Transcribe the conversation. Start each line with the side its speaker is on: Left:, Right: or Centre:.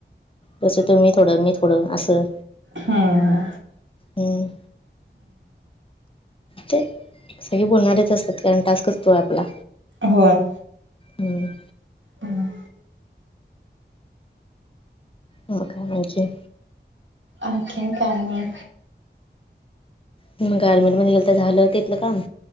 Left: जसं तुम्ही थोडं मी थोडं असं
Right: हं हं
Left: हूं ते सगळी बोलणारेच असतात कारण टास्कच तो आहे आपला
Right: होय.
Left: हम्म
Right: हम्
Left: मूर्ख म्हणायचीय
Right: आणखीन काय म
Left: तुम्ही गार्मेंट मध्ये गेलता झालं तिथलं काम